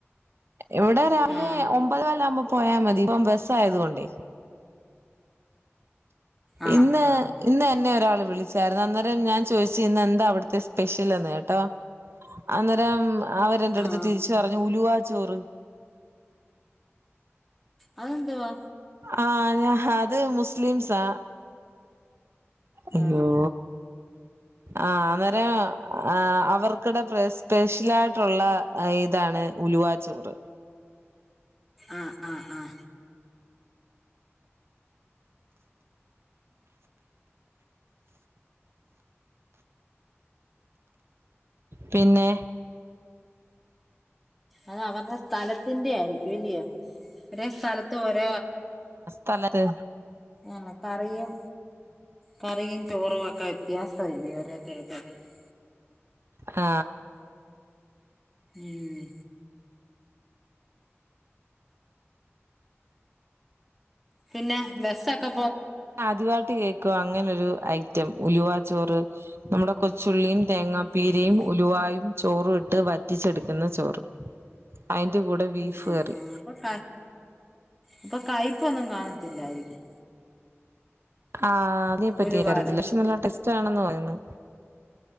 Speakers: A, on the right (about 60°); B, in the centre.
A: എവിടെ രാവിലെ
B: ആഹ്
A: ഒമ്പത് കാല്ല ആവുമ്പോ പോയാ മതി ഇപ്പം ബസ്സ് ആയത് കൊണ്ടേയ്.
B: ആഹ്
A: ഇന്ന്
B: ആഹ്
A: ഇന്ന. ന്നെ ഒരാൾ വിളിച്ചായിരുന്നു അന്നേരം ഞാൻ ചോദിച്ചു ഇന്ന് എന്താ അവിടുത്തെ സ്പെഷ്യൽന്ന് കേട്ടോ. അന്നരം. അവരെന്റെ അടുത്ത്
B: ആഹ്
A: തിരിച് പറഞ്ഞു ഉലുവ ചോറ്.
B: അതെന്തുവാ?
A: ആന ഹ അത് മുസ്ലിംസാ അയ്യോ.
B: ആഹ്
A: ആ അവരേ ആ അവർക്കിടെ സ്പെഷ്യൽ ആയിട്ടുള്ള ഇതാണ് ഉലുവാച്ചോറ്
B: ആ ആ ആ.
A: പിന്നെ.
B: അത അവർടെ സ്ഥലത്തിന്റെ ആയിരിക്കും ഇല്ല്യയോ അവരെ സ്ഥല. തൊര.
A: തലത്.
B: ആ കറിയും. കറിയും ചോറുക്കെ വ്യത്യാസ ഇല്ലേ ഓരോര്ത്തർക്ക്.
A: ആ
B: ഉം പിന്നെ ബെസാക്ക
A: ആദ്യമായിട്ട് കേൾക്കോ അങ്ങനെരു ഐറ്റം ഉലുവാ ചോറ് നമ്മുടെ കൊച്ചുള്ളിയും തേങ്ങാപ്പീരയും
B: ഉം
A: ഉലുവായും ചോറൂ ഇട്ട് വറ്റിച്ചെടുക്കുന്ന ചോറ് അതിന് ഇന്റെ കൂടെ ബീഫ്
B: ഉം
A: കറി.
B: ഉം അപ്പൊ ക അപ്പൊ കയ്പൊന്നും കാണത്തില്ലായിരിക്കും.
A: ആ അതിന ക്കറിയതില്ല
B: ഉലുവാടെ
A: ലക്ഷെ നല്ല ടെസ്റ്റ് ആണന്ന് പറയുന്നു.